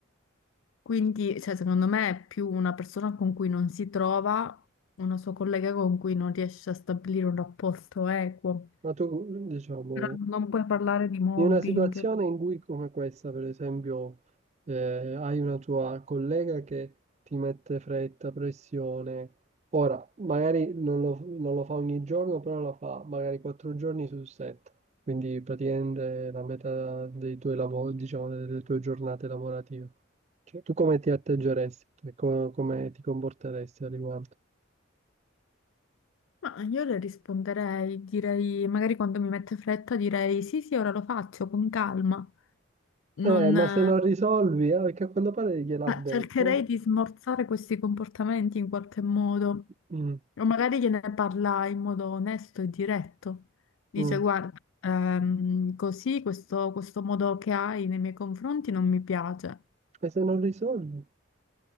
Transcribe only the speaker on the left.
Quindi, cioè, secondo me è più una persona con cui non si trova, una sua collega con cui non riesce a stabilire un rapporto equo.
Però non puoi parlare di mobbing.
Ma io le risponderei, direi, magari quando mi mette fretta direi sì, sì, ora lo faccio con calma. Non,
Ma
cercherei di smorzare questi comportamenti in qualche modo,
o magari gliene parla in modo onesto e diretto. Dice,
guarda, ehm, così questo, questo modo che hai nei miei confronti non mi piace.